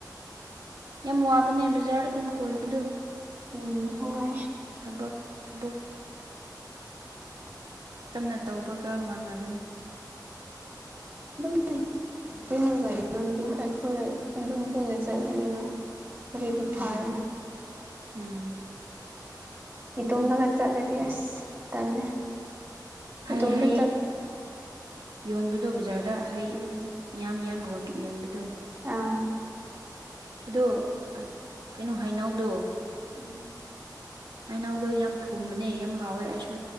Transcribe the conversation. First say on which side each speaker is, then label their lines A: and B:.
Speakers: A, on the right (about 75°); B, on the right (about 35°).
A: ꯌꯥꯝ ꯋꯥꯕꯅꯦ ꯕꯖꯥꯔ ꯑꯗꯨꯝ ꯀꯣꯏꯕꯗꯣ
B: ꯎꯝ ꯋꯥꯢ
A: ꯊꯕꯛ ꯊꯕꯛ ꯀꯟꯅ ꯇꯧꯕꯒ ꯃꯥꯟꯅꯕꯅꯤ
B: ꯎꯝ ꯑꯗꯨꯝ ꯑꯩꯈꯣꯏ ꯑꯗꯨꯝ ꯄꯨꯅ ꯆꯠꯕꯅꯤꯅ ꯇꯔꯤꯕꯤ ꯐꯥꯔꯅ
A: ꯎꯝ ꯎꯝ
B: ꯏꯇꯣꯝꯗꯒ ꯆꯠꯂꯗꯤ ꯑꯁ ꯇꯜꯂꯦ
A: ꯍꯩ
B: ꯏꯇꯣꯝꯇ
A: ꯍꯩ
B: ꯆꯠ
A: ꯌꯣꯟꯕꯗꯣ ꯕꯖꯥꯔꯗ ꯍꯩ
B: ꯎꯝ
A: ꯌꯥꯝ ꯌꯥꯝ ꯌ ꯌꯣꯟꯕꯗꯨ
B: ꯑꯥ
A: ꯑꯗꯣ ꯀꯩꯅꯣ ꯍꯥꯏꯅꯧꯗꯣ
B: ꯎꯝ
A: ꯍꯥꯏꯅꯥꯎꯗꯣ ꯌꯥꯝ ꯊꯨꯝꯕꯅꯦ ꯌꯥꯝ ꯍꯥꯎꯋꯦ ꯑꯩꯁꯨ